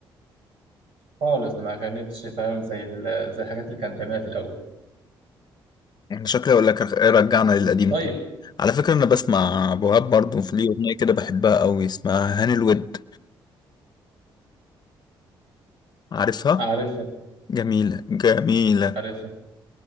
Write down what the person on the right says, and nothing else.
خالص ما كانتش فاهم زي ال- زي الحاجات اللي كان بيعملها في الأول
طيب
<laughs> عارفها
عارفها